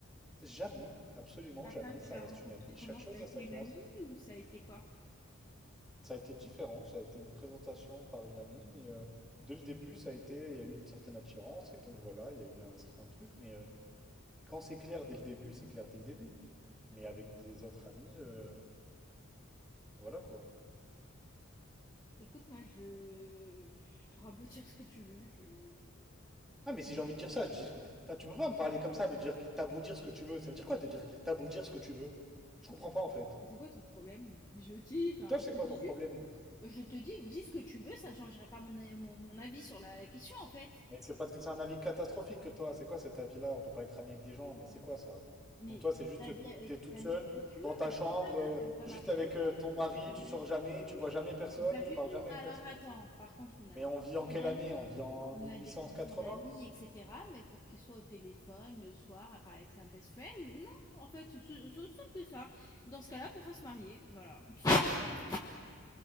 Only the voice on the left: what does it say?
Et ta
femme, tu
l'as
rencontrée
comment?
Ça a été
une
amie ou ça a été quoi?
Écoute, moi, je... T'auras beau dire ce que tu veux, je... je-
Ouais.
C'est quoi ton problème? Je dis, enfin,
je
te dis
Je te dis, dis ce que tu veux, ça ne changera pas mon, a- mon, mon avis sur la, la question en fait.
Mais
ta vie avec,
t'as
mis avec qui tu
veux,
mais
c'est ça, toi,
t'es même pas
marié
avec
toi,
c'est pas
ton problème.
Mais pas du
tout.
Alors
attends, par contre, on a
des
couples
d'amis,
on
a des couples d'amis, etc. Mais pour qu'ils soient au téléphone le soir à parler avec sa best friend, non, en fait, c'est c'est aussi simple que ça. Dans ce cas-là, pourra se marier. Voilà, tout simplement.